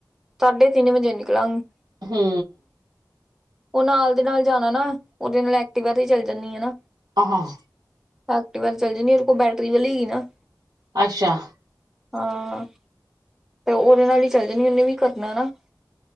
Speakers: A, in the centre; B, on the right.
A: ਸਾਢੇ ਤਿੰਨ ਵਜੇ ਨਿਕਲਾਂਗੀ।
B: ਹੂੰ
A: ਉ ਨਾਲ ਦੇ ਨਾਲ ਜਾਣਾ ਨਾ, ਉਦੇ ਨਾਲ ਐਕਟੀਵਾ ਤੇ ਚੱਲੀ ਜਾਂਦੀ ਹੈਨਾ।
B: ਆਹਾਂ
A: ਐਕਟਿਵਾ ਤੇ' ਚੱਲੀ ਜਾਂਨੀ ਆ, ਉਦੇ ਕੋਲ ਬੈਟਰੀ ਵਾਲੀ ਹੀ ਨਾ।
B: ਅੱਛਾ।
A: ਹਾਂ, ਤੇ ਉਦੇ ਨਾਲ ਹੀ ਚੱਲੀ ਜਾਨੀਆ, ਉਹਨੇ ਵੀ ਕਰਨਾ ਨਾ।